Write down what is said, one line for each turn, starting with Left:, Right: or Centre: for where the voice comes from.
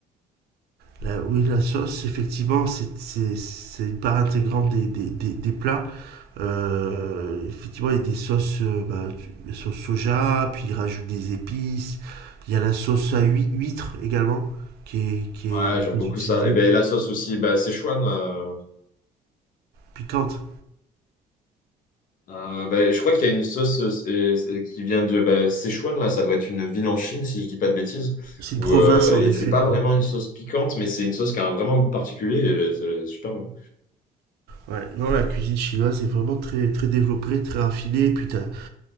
Right: La, oui, la sauce, effectivement, c'est- c'est c'est une part intégrante des, des, des, des plats. Euh, effectivement, il y a des sauces, euh, bah, du- la sauce soja, puis il rajoute des épices. Il y a la sauce à hui- huître également, qui est, qui
Left: Ouais,
Right: est
Left: j'aime
Right: très
Left: beaucoup
Right: utilisée.
Left: ça. Et ben la sauce aussi, bah, Szechuan, là.
Right: Piquante.
Left: Euh, bah, je crois qu'il y a une sauce euh, c'est- c'est- qui vient de bah, Sichuan, là. Ça doit être une ville en Chine, si je dis pas de bêtises.
Right: C'est
Left: ou
Right: une province,
Left: euh,
Right: en
Left: et
Right: effet.
Left: c'est pas vraiment
Right: oui.
Left: une sauce piquante, mais c'est une sauce qui a un- vraiment un goût particulier. Et, euh, c'est super bon.
Right: Ouais, non, la cuisine chinoise est vraiment très, très développée, très raffinée. Et puis, tu as,